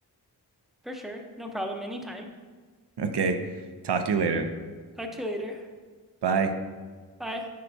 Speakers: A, in the centre; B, on the right.
A: For sure. No problem. Anytime.
B: Okay. Talk to you later.
A: Talk to you later.
B: Bye.
A: Bye.